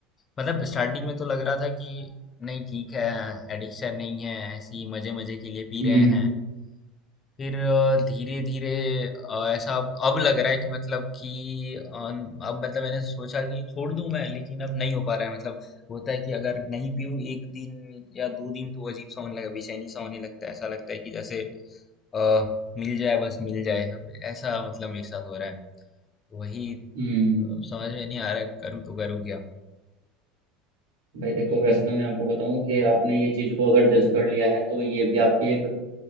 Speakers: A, on the left; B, on the right.
A: मतलब स्टार्टिंग में तो लग रहा था कि नहीं ठीक है एडिक्शन नहीं है ऐसे ही मजे मजे के लिए पी
B: हम्म
A: रहे हैं फिर धीरे धीरे ऐसा अब अब लग रहा है कि मतलब कि अ, अब मतलब मैंने सोचा कि छोड़ दूं मैं लेकिन अब नहीं हो पा रहा है मतलब होता है कि अगर नहीं पीऊं एक दिन या दो दिन तो अजीब सा होने लगा बेचैनी सा होने लगता है ऐसा लगता है कि जैसे अ, मिल जाए बस मिल जाए अब ऐसा मतलब मेरे साथ हो रहा है तो वही अ,
B: हम्म
A: समझ में नहीं आ रहा है करूँ तो करूँ क्या
B: भाई देखो वैसे तो मैं आपको बताऊं कि आपने ये चीज़ को अगर जज कर लिया है तो ये भी आपकी एक अ,